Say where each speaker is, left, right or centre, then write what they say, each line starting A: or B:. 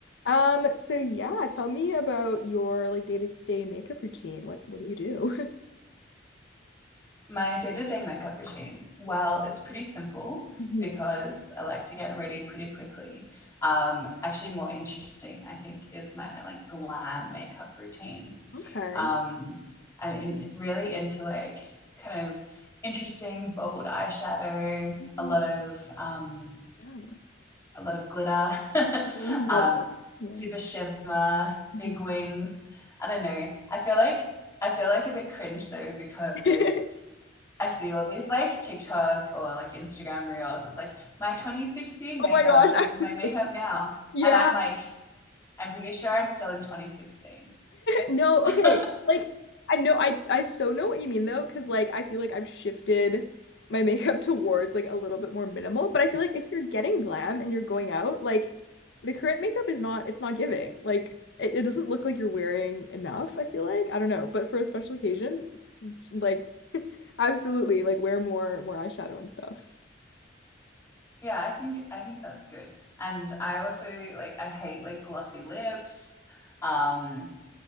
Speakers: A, on the left; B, on the left.
A: Um, so yeah, tell me about your like day-to-day makeup routine. What what do you do?
B: My day to day makeup routine. Well, it's pretty simple
A: <laughs> hmm
B: because I like to get ready pretty quickly. Um, actually, more interesting, I think, is my like glam makeup routine.
A: Okay.
B: Um, I'm in, really into like kind of interesting bold eyeshadow,
A: Mhm.
B: a lot of um,
A: Yeah.
B: a lot of glitter, <laughs>
A: Mhm.
B: um,
A: Love that. Yeah.
B: super shimmer,
A: Mhm.
B: big wings. I don't know. I feel like I feel like a bit cringe though because
A: <laughs>
B: I see all these like TikTok or like Instagram reels. It's like my 2016
A: Oh
B: makeup
A: my gosh,
B: versus
A: <laughs> I
B: my
A: was
B: makeup
A: just
B: now.
A: yeah.
B: And I'm like, I'm pretty sure I'm still in 2016.
A: No, okay.
B: <laughs>
A: Like I know I I so know what you mean though, because like I feel like I've shifted my <laughs> makeup towards like a little bit more minimal. But I feel like if you're getting glam and you're going out, like the current makeup is not it's not giving. Like it, it doesn't look like you're wearing enough, I feel like. I don't know. But for a special occasion, like absolutely like wear more more eyeshadow and stuff.
B: yeah, I think I think that's good. And I also like I hate like glossy lips. Um